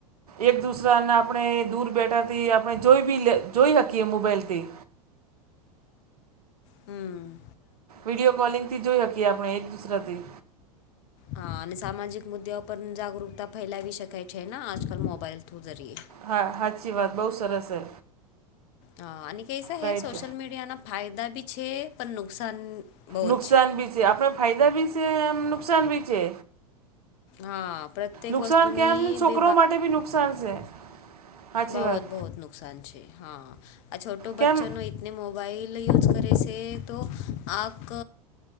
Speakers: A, on the right; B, on the left.
A: એક દુસરાને આપણે દૂર બેઠાથી આપણે જોઈ બી જોઈ શકીએ મોબાઈલથી.
B: હમ્મ.
A: વિડિયો કોલિંગ થી જોઈ શકીએ આપણે એક દુસરાથી.
B: હા અને સામાજિક મુદ્દાઓ પર જાગૃકતા ફેલાવી શકાય છે ને આજકાલ મોબાઈલ થ્રુ જરીએ.
A: હા, હાચી વાત બહુ સરસ છે.
B: હા અને કહીસા
A: રાઈટ.
B: હે સોશલ મીડિયા ના ફાયદા બી છે પણ નુકસાન બહુ
A: નુકસાન
B: જ
A: ભી છે આપણે ફાયદા બી છે એમ નુકસાન ભી છે.
B: હા પ્રત્યેક
A: નુકસાન
B: વસ્તુની
A: કેમ છોકરો
B: બે
A: માટે બી નુકસાન છે. સાચી
B: બહુત
A: વાત.
B: બહોત નુકસાન છે. હા આ છોટો
A: કેમ
B: બચ્ચો નો ને મોબાઈલ એ યુઝ કરીએ છે તો આખ